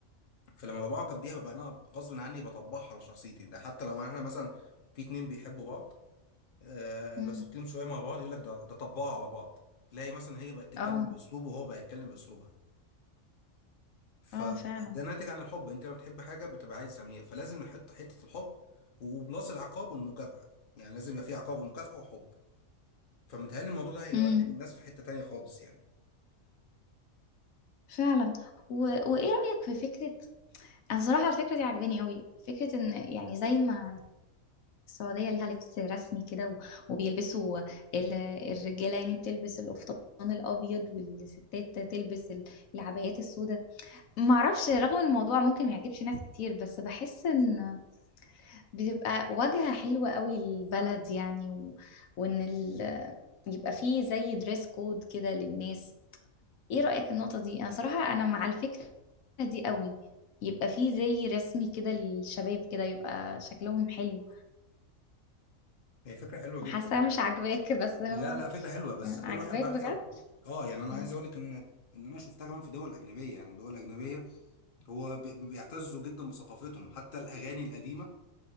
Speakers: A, on the left; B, on the left.
A: فلما ببقى معجب بيها ببقى انا غصب عني بطبعها على شخصيتي ده حتى لو احنا مثلا في اتنين بيحبوا بعض آه
B: مم.
A: لو سبت لهم شويه مع بعض يقول لك ده ده طبعوا على بعض تلاقي مثلا هي بقت تتكلم
B: اه
A: باسلوبه وهو بقى يتكلم باسلوبها فده
B: اه فعلا
A: ناتج عن الحب انت لما بتحب حاجه بتبقى عايز تعمليها فلازم نحط حته الحب وبلاس العقاب والمكافاه يعني لازم يبقى في عقاب ومكافاه وحب فمتهيألي الموضوع ده هيودي
B: امم
A: الناس في حته تانيه خالص يعني
B: فعلا و... وايه رأيك في فكرة انا صراحه على الفكره دي عجباني قوي فكره ان يعني زي ما السعوديه ليها لبس رسمي كده و- وبيلبسوا ال- الرجاله يعني بتلبس القفطان الابيض والستات تلبس ال- العبايات السوداء ما اعرفش رغم الموضوع ممكن ما يعجبش ناس كتير بس بحس ان بتبقى واجهه حلوه قوي للبلد يعني و... وان ال... يبقى فيه زي دريس كود كده للناس ايه رأيك في النقطة دي انا صراحة انا مع الفكرة دي قوي يبقى فيه زي رسمي كده للشباب كده يبقى شكلهم حلو
A: هي فكره حلوه جدا
B: حاسة مش عاجباك بس هو
A: لا لا فكرة حلوة بس
B: مم،
A: كل
B: عاجباك
A: واحد بقى
B: بجد
A: حسب اه يعني انا
B: مم.
A: عايز اقول لك ان ان انا شفتها كمان في دول اجنبية يعني دول اجنبية هو بي- بيعتزوا جدا بثقافتهم حتى الاغاني القديمة